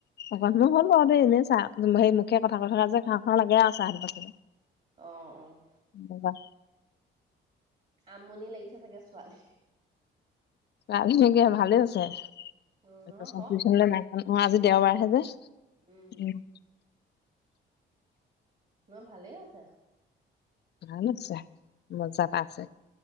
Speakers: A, on the left (about 55°); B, on the right (about 35°).
A: অকনমান
B: উম
A: সময় হ'ল। অ', দে এনে চাহ, সেই মুখে কথা কৈ থকা যে খাওঁ খাওঁ লাগে আৰু চাহ একাপ।
B: অ', অ'।
A: অ'।
B: আমনি লাগিছে চাগে ছোৱালীৰ।
A: ছোৱালী নেকি ভালে হৈছে।
B: অ
A: তাই
B: নহয়
A: টিউচন চিউচনলে নাই যোৱা যে। অ'আজি দেওবাৰহে যে।
B: উম্।
A: উম
B: নহয় ভালেই হৈছে।
A: ভাল হৈছে, মজা এটা পাইছে।